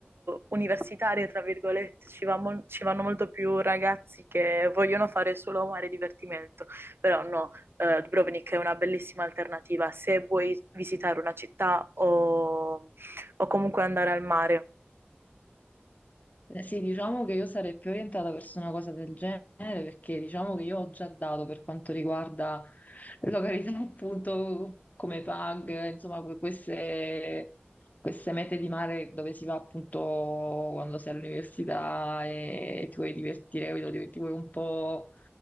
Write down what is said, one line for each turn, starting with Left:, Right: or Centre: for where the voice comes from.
Right: universitaria, tra virgolette, ci va mol- ci vanno molto più ragazzi che vogliono fare solo mare e divertimento, però no, eh, Dubrovnik è una bellissima alternativa se vuoi visitare una città o, o comunque andare al mare.
Left: Eh, Sì, diciamo che io sarei più orientata verso una cosa del genere perché diciamo che io ho già dato per quanto riguarda <laughs> località appunto come PAG, insomma que- queste, queste mete di mare dove si va appunto quando sei all'università e, e ti vuoi divertire, capito? Ti, ti vuoi un po'